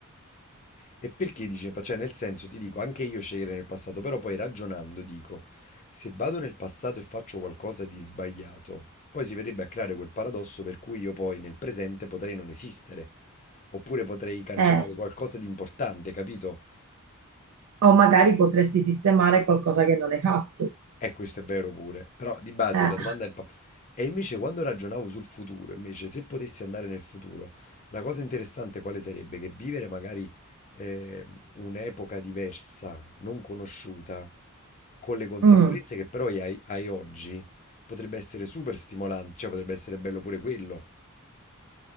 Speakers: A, on the left; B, on the right.
A: E perché dice, cioè nel senso ti dico, anche io scegliere nel passato, però poi ragionando dico, se vado nel passato e faccio qualcosa di sbagliato, poi si verrebbe a creare quel paradosso per cui io poi nel presente potrei non esistere, oppure potrei cancellare
B: Eh,
A: qualcosa di importante, capito?
B: o magari potresti sistemare qualcosa che non hai fatto.
A: E questo è vero pure, però di base
B: Eh,
A: la domanda è il... pa- E invece quando ragionavo sul futuro, invece se potessi andare nel futuro, la cosa interessante quale sarebbe? Che vivere magari eh, un'epoca diversa, non conosciuta, con le consapevolezze
B: mm.
A: che però hai, hai oggi, potrebbe essere super stimolante, cioè potrebbe essere bello pure quello.